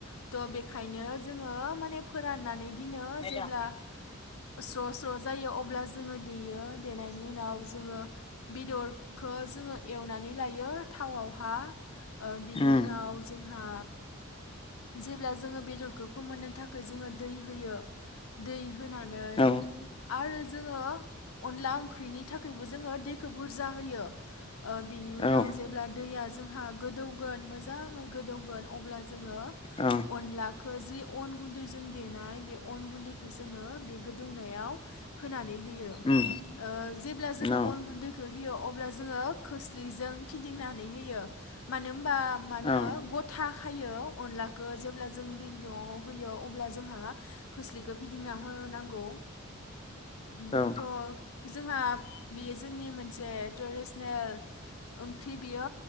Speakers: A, on the left (about 75°); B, on the left (about 25°).
A: थ बेखायनो जोङो माने फोराननानै दिनो जेब्ला
B: औ
A: स्र स्र जायो अब्ला जोङो देयो देनायनि उनाव जोङो बेदरखो जोङो एवनानै लायो थावावहा। ओ बिनि
B: उम
A: उनाव जोंहा जेब्ला जोङो बेदरखौ फोमोननो थाखाय जोङो दै होयो दै होनानै
B: औ
A: आरो जोङो अनला ओंख्रिनि थाखायबो जोङो दैखौ बुरजा होयो ओ बिनि उनाव
B: औ
A: जेब्ला दैया ज जोंहा गोदौगोन मोजाङै गोदौगोन अब्ला जोङो
B: औ
A: अनलाख खो जि अन गुनदैजों देनाय बे अन गुनदैखौ जोङो बे गोदौनायाव होनानै होयो ओ
B: उम
A: जेब्ला जों
B: औ
A: अन गुनदैखौ होयो अब्ला जों जोङो खोस्लिजों फिदिनानै होयो मानो होम बा मानो
B: औ
A: गथा खायो अनला खो जेब्ला जों दै गुदुुंआव होयो अब्ला जोंहा खोस्लिखौ फिदिंना होनांगौ। ओम
B: औ
A: थ' जोंहा बेयो जोंनि मोनसे ट्रेडिसनेल ओंख्रि बियो